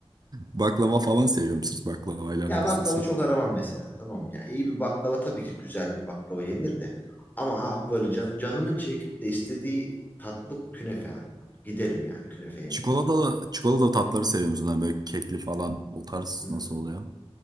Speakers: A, on the right; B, on the left.
A: Baklava falan seviyor musunuz? Baklavayla
B: Ya
A: aranız
B: baklava
A: nasıl?
B: çok aramam mesela tamam mı? ya. iyi bir baklava tabii ki güzel bir baklava yenir de. Ama ah böyle can- canımın çekip de istediği tatlı künefe. yani. Giderim yani künefe yemeye.
A: Çikolatalı, çikolatalı tatları seviyor musunuz? Hani böyle kekli falan o tarz
B: Hmm.
A: nasıl oluyor?